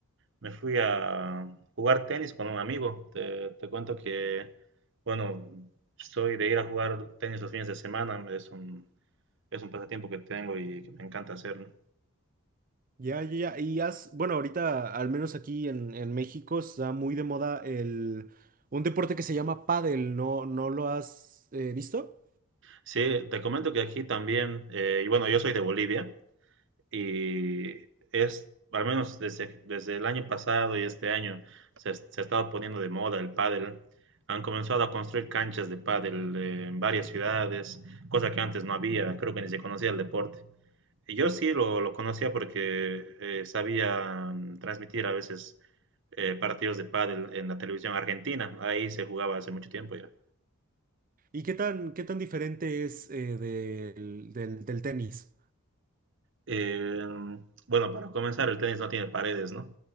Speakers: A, on the right (about 55°); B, on the right (about 35°).
A: me fui a jugar tenis con un amigo. Te, te cuento que, bueno, soy de ir a jugar tenis los fines de semana, es un, es un pasatiempo que tengo y que me encanta hacer. ¿no?
B: Ya, ya, ya. Y has, bueno, ahorita, al menos aquí en, en México, está muy de moda el, un deporte que se llama pádel. ¿No, no lo has eh, visto?
A: Sí, te comento que aquí también, eh, y bueno, yo soy de Bolivia y es, al menos desde, desde el año pasado y este año, se, ha- se ha estado poniendo de moda el pádel. Han comenzado a construir canchas de pádel eh, en varias ciudades, cosa que antes no había, creo que ni se conocía el deporte. Y yo sí lo, lo conocía porque eh, sabía mm, transmitir a veces eh, partidos de pádel en la televisión argentina, ahí se jugaba hace mucho tiempo ya.
B: ¿Y qué tan, qué tan diferente es eh, del, del- del tenis?
A: Eh, bueno, para comenzar, el tenis no tiene paredes, ¿no?